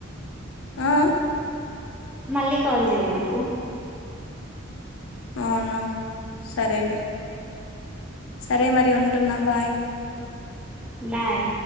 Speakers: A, on the left (about 80°); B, in the centre.
A: ఆ
B: మళ్ళీ కాల్ చెయ్ నాకు
A: అవునా సరేలే సరే మరి ఉంటున్నా బాయ్
B: బాయ్